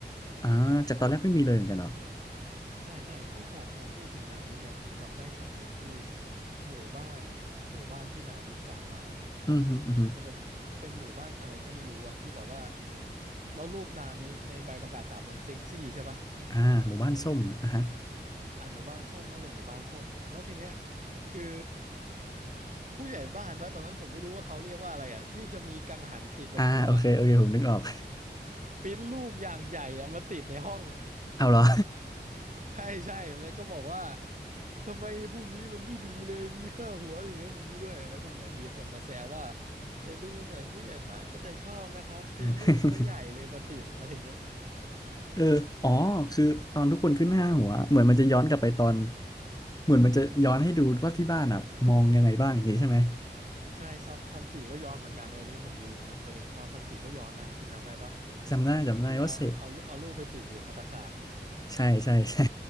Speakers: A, on the left; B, on the right.
A: อ่าจากตอนแรกไม่มีเลยเหมือนกันเหรอ
B: ใช่ใช่เอ้ยพอพอพูดถึงนามิเนี่ยผมจำได้ฉากหนึ่งที่หมู่บ้านหมู่บ้านที่นามิจากมา
A: อือฮึอือฮึ
B: มันจะเป็นหมู่บ้านอะไรก็ไม่รู้อะที่แบบว่าแล้วรูปนามิในใบประกาศจับมันเซ็กซี่ใช่ปะ
A: อ่าหมู่บ้านส้มอ่ะฮะ
B: อ่ะหมู่บ้านส้มน่าจะหมู่บ้านส้มแล้วทีเนี้ยคือผู้ใหญ่บ้านวะตอนนั้นผมไม่รู้ว่าเขาเรียกว่าอะไรอะที่จะมีกังหันติดบนหัว
A: อ่าโอเคโอเคผมนึกออก
B: ปริ้นรูปอย่างใหญ่อะมาติดในห้อง
A: เอาเหรอ
B: ใช่ใช่แล้วก็บอกว่าทำไมพวกนี้มันไม่ดีเลยมีค่าหัวอย่างนั้นอย่างนี้ด้วยแล้วก็เหมือนมีคนมาแซวว่าแต่ดูเหมือนผู้ใหญ่บ้านก็จะชอบนะครับปิ้นรูปซะใหญ่เลยมาติดอะไรเงี้ย
A: <laughs> เอออ๋อคือตอนทุกคนขึ้นห้าหัว เหมือนมันจะย้อนกลับไปตอนเหมือนมันจะย้อนให้ดูว่าที่บ้านอ่ะมองยังไงบ้างอย่างนี้ใช่ไหม
B: ใช่ซันซันจิก็ย้อนเหมือนกันเลยอันนี้ผมลืมนึกไปเลยตอนซันจิก็ย้อนนะคุณจำได้ภั
A: จำได้จำได้ว่าเสก
B: ที่เอาเอารูปเอารูปไปติดอยู่ภัตตาคาร
A: ใช่ใช่ <laughs> ใช่